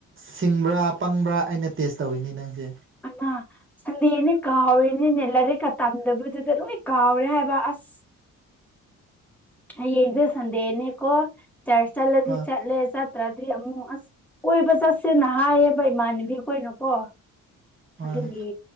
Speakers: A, on the right; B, in the centre.
A: ꯁꯤꯡꯕ꯭ꯔꯥ ꯄꯪꯕ꯭ꯔꯥ ꯑꯩꯅ ꯇꯦꯁ ꯇꯧꯋꯤꯅꯤ ꯅꯪꯁꯦ
B: ꯑꯃ ꯁꯟꯗꯦꯅꯦ ꯀꯥꯎꯔꯤꯅꯤꯅꯦ ꯂꯥꯏꯔꯤꯛꯀ ꯇꯝꯗꯕꯗꯨꯗ ꯂꯣꯏ ꯀꯥꯎꯔꯦ ꯍꯥꯏꯕ ꯑꯁ ꯍꯌꯦꯡꯁꯦ ꯁꯟꯗꯦꯅꯦꯀꯣ ꯆꯔꯆ ꯆꯠꯂꯗꯤ
A: ꯍꯣꯏ
B: ꯆꯠꯂꯦ ꯆꯠ ꯇ꯭ꯔꯗꯤ ꯑꯃꯨꯛ ꯑꯁ ꯀꯣꯏꯕ ꯆꯠꯁꯦꯅ ꯍꯥꯏꯌꯦꯕ ꯏꯃꯥꯟꯅꯕꯤꯈꯣꯏꯅꯀꯣ
A: ꯍꯣꯏ
B: ꯑꯗꯨꯒꯤ